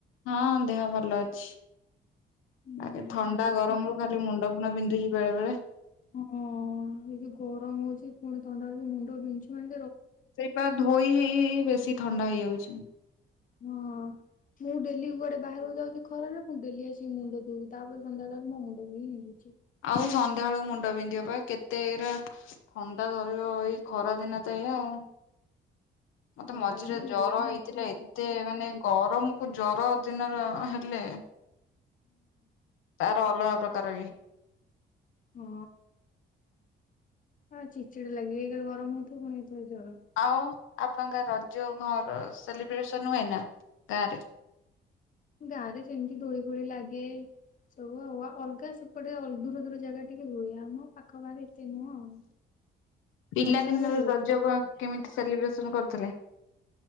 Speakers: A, on the left (about 85°); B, on the left (about 40°).
A: ହଁ ଦେହ ଭଲ ଅଛି
B: ହୁଁ
A: ଥଣ୍ଡା ଗରମ
B: ଭଲ।
A: ରୁ ଖାଲି ମୁଣ୍ଡ କ ବିନ୍ଧୁଛି ବେଳେ ବେଳେ।
B: ହଁ ଏି ଗରମ ହଉଛି ପୁଣି ଥଣ୍ଡାଛି ମୁଣ୍ଡ ବିନ୍ଛୁ ମ
A: ସେଇପା ଧୋଇ ହେଇ ହେଇ ବେଶୀ ଥଣ୍ଡା ହେଇଯାଉଛି।
B: ହଁ। ମୁଁ ଡେଲି କୁଆଡେ ବାହାରକୁ ଯାଉଛି ଖରରେ ପଣି ଡେଲି ଆସିକି ମୁଣ୍ଡ ଦୁଉଛି ତାପରେ ସନ୍ଧ୍ୟାବେଳଳେ ମୋ ମୁଣ୍ଡ ବି ହେଇଯାଉଛି।
A: ଆଉ ସନ୍ଧ୍ୟାବେେଳକୁ ମୁଣ୍ଡ ବିନ୍ଧିବା ପାଇଁ କେତେ ଏତେ ଏଇରା ଥଣ୍ଡା ଧରିବ ଏଇ ଖରାଦିନ ତ ଏଇା ଆଉ। ମତେ
B: ଖରା
A: ମଝିରେ
B: ଦିନ ହେଲା
A: ଜର
B: ମାତ୍ରେ
A: ହେଇଥିଲା ଏତେ
B: ହୁଁ
A: ମାନେ ଗରମ ରମକୁ ଜର ଦିନରେ ହେଲେ ତାର ଅଲଗା ପ୍ରକାର। କର।
B: ହଁ ଆ ଚିଚିଟା ଲାଗିବାଲି ଗରମ ହଉଥିବ ପୁଣି ଏ ସେ ଜର
A: ଆଉ ଆପଣଙ୍କ ରଜ ଘର ସେଲିବ୍ରେସନ ହୁଏ ନା ଗାଁରେ?
B: ଗାଁ ରେ ଯେମିତି ଦୋଳି ଫୋଳି ଲାଗେ ସବୁ ଆଉ ଅଲଗା ସେପଟେ ଦୂର ଦୂର ଜାଗା ଟିକେ ହୁଏ ଆମ ପାଖ ପାାଖ ଏତେ ନୁହଁ ଆଉ
A: ପିଲାଦିନର
B: ତମ ଘାରେ ଭଲ
A: ରଜ କଣ କେମିତି ସେଲିବ୍ରେସନ କରଥିଲେ?